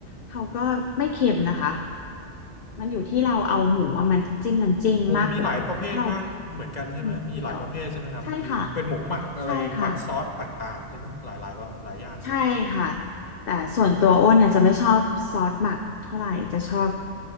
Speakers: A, on the left; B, on the left.
A: เขาก็ไม่เค็มนะคะมันอยู่ที่เราเอาหมูอะมันจิ้มน้ำจิ้มมากกว่าค่ะถ้าเรา
B: อืมหมูมีหลายประเภทมากเหมือนกันใช่ไหมมีหลายประเภทใช่ไหมครับมีเป็นหมูหมักอะไรหมักซอสต่างๆใช่ไหมหลายหลายหลายอย่างใช่ไหม
A: จิ้มนิดเดียวใช่ค่ะใช่ค่ะใช่ค่ะแต่ส่วนตัวอ้นน่ะจะไม่ชอบซอสหมักเท่าไหร่จะชอบ